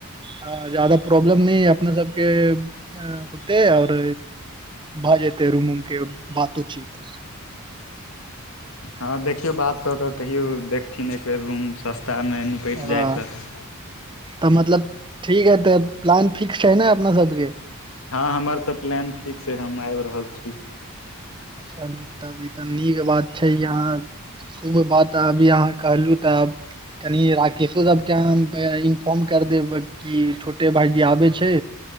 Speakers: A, on the right (about 20°); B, on the left (about 65°).
A: ह ज्यादा प्रॉब्लम नहि अपना सबके होते आऔर भए जेते रूम उम के बातचित
B: हँ देखियौ बात कऽ क कहियौ देखथिन एक बेेर रूम सस्तामे निपटि
A: ह
B: जाय तऽ
A: तऽ मतलब ठीक है तऽ प्लान फिक्सड है ने अपना सबके
B: हँ हमर तऽ प्लान फिक्स ह हम आबि रहल छी
A: चलू तब ई तऽ नीक बात छै यहाँ शुभ बात अभी अहाँ कहलहु तऽ आ कनि राकशोदबके इन्फॉर्म कर देब कि भाईजी आबे छै